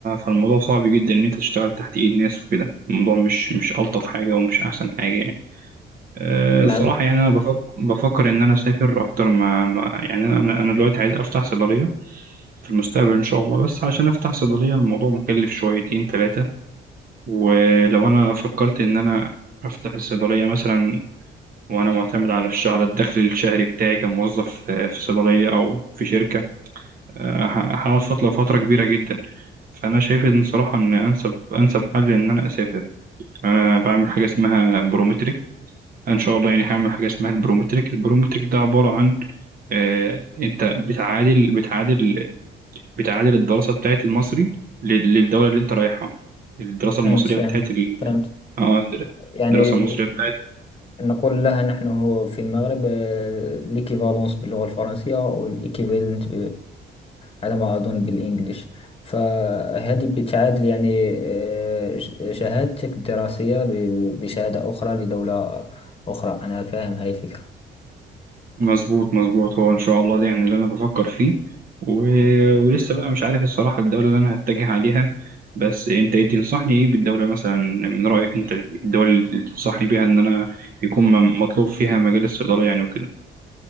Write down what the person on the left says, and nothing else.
نعم
فهمت فهمت
فهمت
يعني
نقول لها نحن هو في المغرب ليكيفالونس باللغة الفرنسية أو الإيكيفالنت على ما أظن بالإنجليش فهذه بتعادل يعني آه، ش- شهادتك الدراسية ب- بشهادة أخرى لدولة أخرى أنا فاهم هاي الفكرة